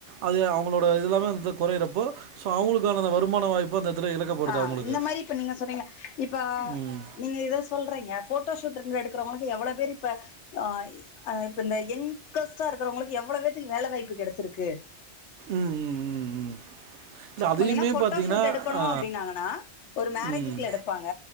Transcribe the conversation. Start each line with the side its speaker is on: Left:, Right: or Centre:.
Right: அது அவங்களோட இதுலம வந்து கொறையறப்போ சோ அவுங்களுக்கான வருமான வாய்ப்பு அந்த இடத்துல இழக்கப்படுது
Left: ஆ
Right: அவங்களுக்கு.
Left: இந்த மாரி இப்ப நீங்க சொல்றீங்க இப்ப
Right: ம்.
Left: நீங்க இத சொல்றீங்க போட் டோ ஷூட் எடுக்கறவங்களுக்கு எவ்வளவு பேரு இப்ப அ இ அ இப்ப இந்த எங்கஸ்டா இருக்கறவங்களுக்கு எவ்வளவு பேத்துக்கு வேலை வாய்ப்பு கெடச்சிருக்கு
Right: ம் ம் ம் ம் இல்ல அதையுமே
Left: முன்னேலா போட்டோ
Right: பாத்தீங்கன்னா
Left: ஷீட் எடுக்கணு
Right: ஆ,
Left: அப்டின்னாங்கனா ஒரு மேரேஜ்க்கி
Right: ம்.
Left: எடுப்பாங்க